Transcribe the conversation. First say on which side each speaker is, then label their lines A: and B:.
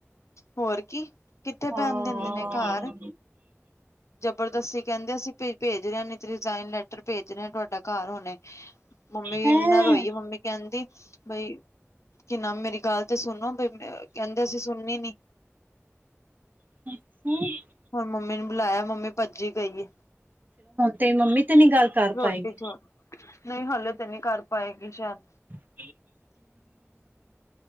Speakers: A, on the left; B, on the right.
A: ਹੋਰ ਕੀ, ਕਿੱਥੇ ਬੈਨ
B: ਹਾਂ
A: ਦਿੰਦੇ ਨੇ ਘਰ ਜਬਰਦਸਤੀ ਕਹਿੰਦੇ, ਅਸੀਂ ਭੇ ਭੇਜ ਰਹੇ ਹਾਂ ਨ, ਰਿਜ਼ਾਇਨ ਲੈਟਰ ਭੇਜ ਰਹੇ ਹਾਂ ਤੁਹਾਡਾ ਘਰ, ਹਣੇੇ ਮੰਮੀ,
B: ਹੈਂ
A: ਇਨਾ ਰੋਈਏ ਮੰਮੀ ਕਹਿੰਦੀ, ਬਈ ਕਿ ਨ, ਮੇਰੀ ਗੱਲ ਤੇ ਸੁਣੋ ਬਈ ਕਹਿੰਦੇ ਅਸੀਂ ਸੁਣਨੀ ਨਈ
B: <unintelligible> <inaudible>
A: ਹੁਣ ਮੰਮੀ ਨੂੰ, ਬੁਲਾਇਆ ਮੰਮੀ ਭੱਜੀ ਗਈ, ਏ
B: ਤੇ ਮੰਮੀ, ਤੇੈ ਨੀ ਗੱਲ ਕਰ
A: ਰੋਟੀ
B: ਪਾਏਗੀ
A: ਚੋ, ਨਹੀਂ ਹਾਲੇੇ ਤੇ ਨਈ ਕਰ ਪਾਏਗੀ ਸ਼ਾਇਦ,
B: <unintelligible> <inaudible>